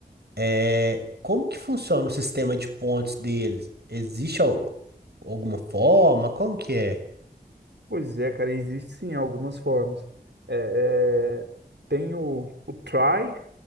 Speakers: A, on the right; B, on the right.
A: é, como que funciona o sistema de pontos deles? Existe al- alguma forma? Como que é?
B: Pois é, cara, existe sim algumas formas. É, é, tem o, o try,